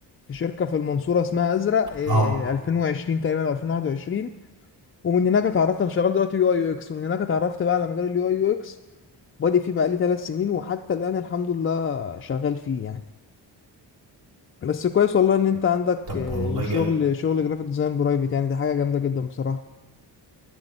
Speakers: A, on the left; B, on the right.
A: في شركة في المنصورة اسمها ازرق إيه،
B: اه
A: 2020 تقريبا او 2021 ومن هناك اتعرفت انا شغال دلوقتي يو اي يو اكس ومن هناك اتعرفت بقى على مجال اليو اي يو اكس بادئ فيه بقالي ثلاث سنين وحتى الآن الحمد لله شغال فيه يعني بس كويس والله ان انت عندك
B: طب
A: آه،
B: والله
A: شغل
B: جا
A: شغل جرافيك ديزاين برايفت يعني دي حاجه جامده جدا بصراحه